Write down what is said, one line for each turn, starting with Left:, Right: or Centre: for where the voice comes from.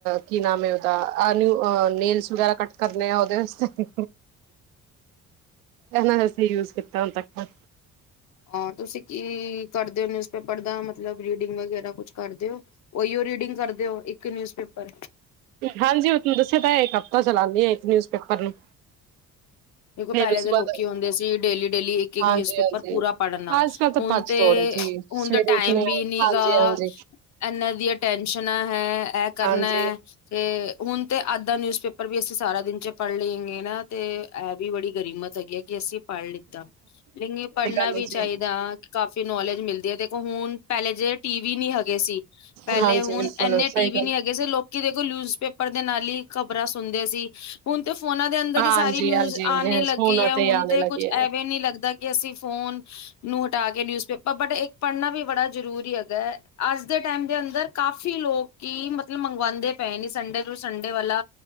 Right: ਕੀ, ਨਾਮ ਹੈ ਉਹਦਾ ਆ ਨਾਉ-ਨੇਲਸ ਵਗੈਰਾ ਕੱਟ ਕਰਨੇ ਆ, ਉਹਦੇ ਵਾਸਤੇ ਐਨਾ ਵਾਸਤੇ ਹੀ ਯੂਜ ਕੀਤਾ ਹੈ ਹੁਣ ਤਕ
Left: ਹੋਰ ਤੁਸੀਂ ਕੀ ਕਰਦੇ ਹੋ ਨਿਊਜ਼ਪੇਪਰ ਦਾ, ਮਤਲਬ ਰੀਡਿੰਗ ਵਗੈਰਾ ਕੁਛ ਕਰਦੇ ੳ ਓਹੀਓ ਰੀਡਿੰਗ ਕਰਦੇ ਹੋ ਇੱਕ ਨਿਊਜ਼ਪੇਪਰ
Right: ਹਾਂਜੀ, ਉਹ ਤਵਾਨੁ ਦੱਸਿਆ ਤਾਂ ਇੱਕ ਹਫ਼ਤਾ ਚਲਾਂਦਿਆ ਇੱਕ ਨਿਊਜ਼ਪੇਪਰ ਨੂੰ
Left: ਦੇਖੋ
Right: ਫੇਰ
Left: ਪਹਿਲੇ
Right: ਉਸ
Left: ਦੇ
Right: ਤੋਂ
Left: ਲੋਕੀ
Right: ਬਾਅਦ
Left: ਹੁੰਦੇ ਸੀ, ਡੇਲੀ-ਡੇਲੀ ਇੱਕ-ਇੱਕ
Right: ਹਾਂਜੀ
Left: ਨਿਊਜ ਪੇਪਰ
Right: ਹਾਂਜੀ
Left: ਪੂਰਾ ਪੜ੍ਹਨਾ,
Right: ਅੱਜ ਕੱਲ ਤਾਂ
Left: ਹੁਣ
Right: ਭੱਜ
Left: ਤੇ
Right: ਦੌੜ ਹੈ ਜੀ
Left: ਹੁਣ
Right: ਸਵੇਰੇ
Left: ਤਾਂ ਟਾਈਮ
Right: ਉੱਠਣੇ
Left: ਵੀ
Right: ਆ
Left: ਨੀ
Right: ਹਾਂਜੀ
Left: ਗਾ
Right: ਹਾਂਜੀ
Left: ਇਹਨਾਂ ਦੀ ਅਤੇਣ ਸ਼ਣਾ ਹੈ ਇਹ ਕਰਨਾ
Right: ਹਾਂਜੀ
Left: ਹੈ ਤੇ, ਹੁਣ ਤੇ ਅੱਜ਼ ਦਾ ਨਿਊਜ਼ਪੇਪਰ ਵੀ ਅਸੀਂ ਸਾਰਾ ਦਿਨ ਚ ਪਾੜ ਲਏ ਹੈਗੇ ਨਾ ਤੇ ਐ ਵੀ ਬੜੀ ਗਰੀਮਤ ਹੈਗੀ ਹੈ ਕਿ ਅਸੀਂ ਪੜ੍ਹ ਲਿੱਤਾ, ਲੇਕਿਨ ਪੜ੍ਹਨਾ
Right: ਸਹੀ ਗੱਲ
Left: ਵੀ
Right: ਹੈ
Left: ਚਾਹੀਦਾ
Right: ਜੀ
Left: ਕਾਫੀ ਨੌਲੇਜ ਮਿਲਦੀ ਹੈ ਦੇਖੋ ਹੁਣ ਪਹਿਲੇ ਜਿ ਟੀ-ਵੀ ਨਹੀਂ ਹੈਗੇ ਸੀ, ਪਹਿਲੇ
Right: ਹਾਂਜੀ
Left: ਹੁਣ
Right: ਬਿਲਕੁਲ
Left: ਇੰਨੇ
Right: ਸਹੀ
Left: ਟੀ-ਵੀ
Right: ਗੱਲ
Left: ਨਹੀਂ ਹੈਗੇ ਸੀ ਲੋਕੀ ਦੇਖੋ ਨਿਊਜ਼ ਪੇਪਰ ਦੇ ਨਾਲ ਹੀ ਖ਼ਬਰਾਂ ਸੁਣਦੇ ਸੀ ਹੁਣ ਤੇ ਫੋਨਾਂ ਦੇ ਅੰਦਰ
Right: ਹਾਂਜੀ
Left: ਹੀ ਸਾਰੀ ਨਿਊਜ਼
Right: ਹਾਂਜੀ
Left: ਆਨੇ ਲੱਗੀ ਹੈ, ਹੁਣ
Right: ਆਣੇ
Left: ਤੇ
Right: ਲੱਗੇ
Left: ਕੁਝ ਐਵੇਂ
Right: ਆ।
Left: ਨੀ ਲੱਗਦਾ ਕਿ ਅਸੀਂ ਫੋਨ ਨੂੰ ਹਟਾ ਕੇ ਨਿਊਜ਼ਪੇਪਰ ਅ ਬਟ ਇੱਕ ਪੜ੍ਹਨਾ ਵੀ ਬੜਾ ਜਰੂਰੀ ਹੈਗਾ, ਅੱਜ ਦੇ ਟਾਈਮ ਦੇ ਅੰਦਰ ਕਾਫ਼ੀ ਲੋਕ ਹੀ ਮਤਲਬ ਮੰਗਵਾਉਂਦੇ ਪਏ ਨੇ ਸੰਡੇ <unintelligible> ਸੰਡੇ ਵਾਲਾ